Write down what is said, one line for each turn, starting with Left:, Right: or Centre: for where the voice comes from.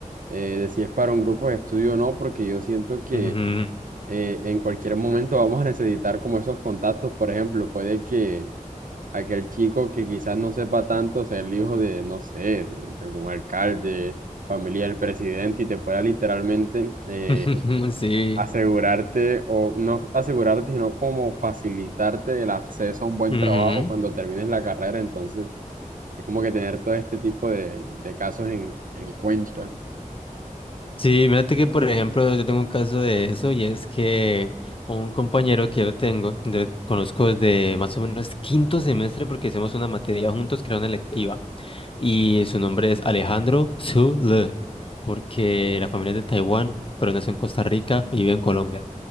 Right: eh, de si es para un grupo de estudio o no, porque yo siento que
Left: Ujú.
Right: eh, en cualquier momento vamos a necesitar como esos contactos. Por ejemplo, puede que aquel chico que quizás no sepa tanto sea el hijo de, no sé, de algún alcalde, familia del presidente y te pueda literalmente eh,
Left: <laughs> Sí.
Right: asegurarte, o no asegurarte, sino como facilitarte el acceso a un buen
Left: ujú.
Right: trabajo cuando termines la carrera. Entonces, es como que tener todo este tipo de, de casos en, en cuenta.
Left: Sí, mírate que por ejemplo yo tengo un caso de eso y es que un compañero que yo tengo, yo conozco desde más o menos quinto semestre porque hicimos una materia juntos que era una electiva. y su nombre es Alejandro Zhu Le, porque la familia es de Taiwán, pero nació en Costa Rica y vive en Colombia